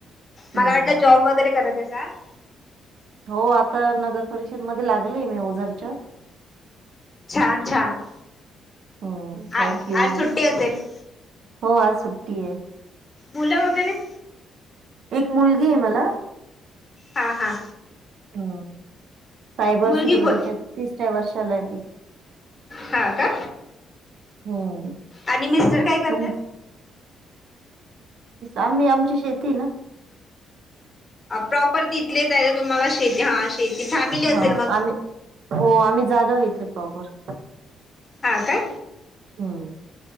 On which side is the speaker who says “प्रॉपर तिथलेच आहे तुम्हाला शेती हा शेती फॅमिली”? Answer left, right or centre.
Left